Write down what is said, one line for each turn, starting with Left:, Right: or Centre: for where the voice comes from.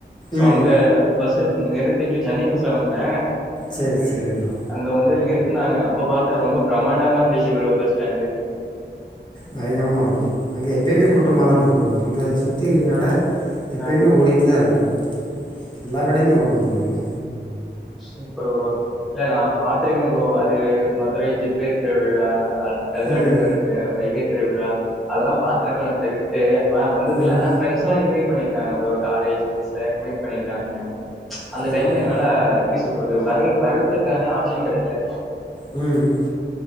Centre: சோ
Left: ம்
Centre: அங்க பஸ்ஸு நிறுத்திட்டு சென்னை பஸ்ல வந்தே
Left: சரி சரி ப்ரோ
Centre: அங்க அங்க வந்து நிறுத்துனாங்க அப்ப பாத்த ரொம்ப பிரம்மாண்டமா இருந்துச்சு ப்ரோ பஸ் ஸ்டாண்டு
Left: பயங்கரமாகருக்கு அங்கே எப்பேயுமே கூட்டமாக தா ப்ரோ இருக்கு அங்க சுத்திருக்குற கட எப்பேயுமே
Centre: ஆ
Left: ஓடிட்டு தா இருக்கு எல்லா கடையுமே ஓடு ப்ரோ அங்க
Centre: சூப்பரு ப்ரோ இல்ல நா பாத்திருக்கே ப்ரோ அது மதுரை தி சித்திரை திருவிழா அ கள்ளழகருக்கு
Left: ம்
Centre: வைகை திருவிழா அதெல்லா பாத்துருக்கானு <unintelligible> ட்டு ஆன வந்ததுல்ல
Left: ம்
Centre: ஆனா ஃப்ரெண்ட்ஸ்ல்லா இன்வைட் பண்ணிருக்காங்க ப்ரோ காலேஜ் டேஸ்ல இன்வைட் பண்ணியிருக்காங்க அந்த
Left: சரி
Centre: டைம்ல
Left: ப்ரோ
Centre: என்னால எப்பிடி சொல்றது வரல வர்றதுக்கான ஆப்ஷன் கெடைக்கல
Left: ம்